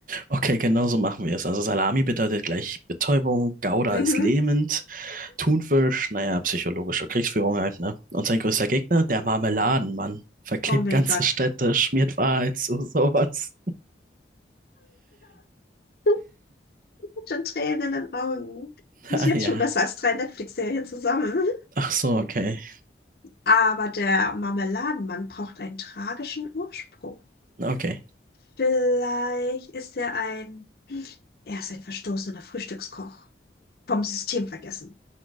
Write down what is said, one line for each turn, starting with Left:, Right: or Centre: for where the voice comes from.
Right: Okay, genau so machen wir es. Also Salami bedeutet gleich Betäubung, Gouda
Left: Mhm.
Right: ist lähmend, Thunfisch, naja, psychologische Kriegsführung halt, ne? Und sein größter Gegner, der Marmeladenmann, verklebt
Left: Oh mein
Right: ganze
Left: Gott.
Right: Städte, schmiert Wahrheit zu sowas.
Left: <laughs> Schon Tränen in den Augen.
Right: <laughs>
Left: Das ist
Right: Ah
Left: jetzt
Right: ja.
Left: schon besser als drei Netflix-Serien zusammen.
Right: Ach so, okay.
Left: Aber der Marmeladenmann braucht einen tragischen Ursprung.
Right: Okay.
Left: Vielleicht ist er ein... Er ist ein verstoßener Frühstückskoch. Vom System vergessen.